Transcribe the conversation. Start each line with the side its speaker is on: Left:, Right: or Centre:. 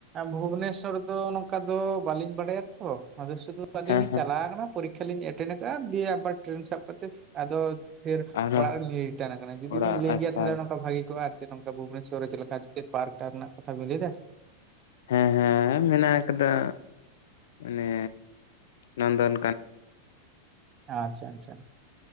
Right: ᱵᱷᱩᱵᱱᱮᱥᱥᱚᱨ ᱫᱚ ᱱᱚᱝ ᱠᱟ ᱫᱚ ᱵᱟᱹᱞᱤᱧ ᱵᱟᱲᱟᱭᱟ ᱛᱚ ᱟᱫᱚ ᱥᱩᱫᱷᱩ ᱟᱹᱞᱤᱧ
Left: ᱦᱮᱸ
Right: ᱞᱤᱧ
Left: ᱦᱮᱸ
Right: ᱪᱟᱞᱟᱣ ᱠᱟᱱᱟ᱾ ᱯᱚᱨᱤᱠᱷᱟ ᱞᱤᱧ ᱮᱴᱮᱱᱰ ᱟᱠᱟᱫᱼᱟ ᱫᱤᱭᱮ ᱟᱵᱟᱨ ᱴᱨᱮᱱ ᱥᱟᱵ ᱠᱟᱛᱮᱫ ᱟᱫᱚ ᱯᱷᱮᱨ
Left: ᱟᱨᱚ
Right: ᱚᱲᱟᱜ ᱨᱮ ᱞᱤᱧ ᱨᱤᱴᱟᱱ ᱟᱠᱟᱱᱟ ᱡᱩᱫᱤ
Left: ᱚᱲᱟᱜ
Right: ᱵᱤᱱ ᱞᱟᱹᱭ ᱠᱮᱭᱟ
Left: ᱟᱪᱪᱷᱟ
Right: ᱛᱟᱦᱚᱞᱮ ᱱᱚᱱᱠᱟ ᱵᱷᱟᱹᱜᱤ ᱠᱚᱜᱼᱟ᱾ ᱪᱮ ᱱᱚᱝᱠᱟ ᱵᱷᱩᱵᱟᱱᱮᱥᱚᱨ ᱪᱮᱫ ᱞᱮᱠᱟ ᱯᱟᱨᱠ ᱴᱟᱠ ᱨᱮᱱᱟᱜ ᱠᱟᱛᱷᱟ ᱵᱤᱱ ᱞᱟᱹᱭ ᱫᱟᱥᱮ
Left: ᱦᱮᱸ ᱦᱮᱸ ᱢᱮᱱᱟᱜ ᱟᱠᱟᱫᱟ ᱢᱟᱱᱮ ᱱᱚᱱ ᱫᱚᱱ
Right: ᱟᱪᱪᱷᱟ ᱟᱪᱪᱷᱟ